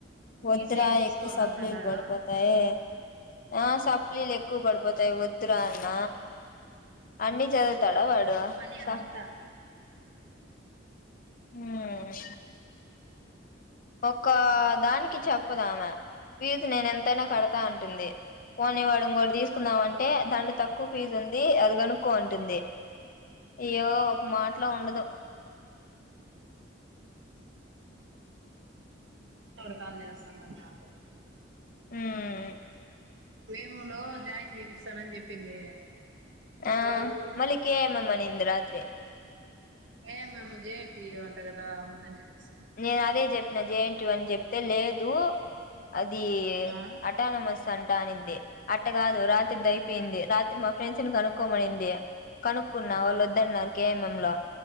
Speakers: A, on the left; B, on the right.
A: వద్దురా
B: ఈసీఈ తీసుకోవాలంటున్నాడు
A: ఎక్కువ సప్లీలు పడిపోతాయి ఆ సప్లీలు ఎక్కువ పడిపోతాయి వద్దురా అన్న అన్ని చదవుతడా వాడు
B: మేమంతా
A: స హ్ ఒక్క దానికి చెప్పదు ఆమె ఫీజ్ నేను ఎంతైనా కడతా అంటుంది. పోనీ వాడు ఇంగోడి తీసుకుందాం. అంటే దాంట్లో తక్కువ ఫీజు ఉంది. అది కోనుక్కో అంటుంది. అయ్యో ఒక్క మాటలో ఉండదు.
B: తోడు కాలు చేస్తున్నారు నాకు
A: ఉమ్
B: మేమునులో జాయిన్ చేపిస్తానని చెప్పింది.
A: ఆ
B: వాళ్ళు
A: మల్లి కె మ్ మ్ అనింది రాత్రి
B: ఏ మేమ్ జే న్ టి యు అంట కదా వద్దని చెప్పేసింది
A: నేను అదే చెప్పిన జే న్ టీ యు అని చెప్తే లేదు అది అ
B: ఆ
A: అట్టా నమస్ అంటానిందే అట్టగాదు రా తెడ్ అయిపోయింది. రాత్రి మా ఫ్రెండ్స్ని కనుక్కోమన్నింది. కనుక్కున్నా వాళ్ళు వద్దు అన్నారు కే ఎం ఎం లో